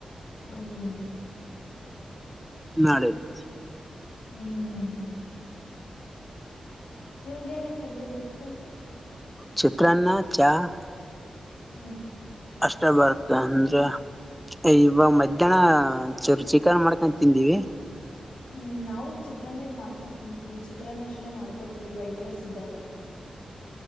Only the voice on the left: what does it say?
ಹ್ಮ. <inaudible>
ಹ್ಮ್! <unintelligible> ನಿಮಗೆ ಏನೇನು ಅಡುಗೆ ಬರುತ್ತೆ? <inaudible>
ಹ್ಮ್. <inaudible>
ಹ್ಮ್ ನಾವು ಚಿತ್ರನ ಇರ್ ಮಾಡ್ಕೊಂಡು ತಿಂತೀವಿ. ಚಿತ್ರನ, ಅಷ್ಟೇ ಮಾಡ್ಕೋತಿವಿ! ವೈಟ್ ರ್ರೆಸ್ ಇದ್ದಾಗ. <inaudible>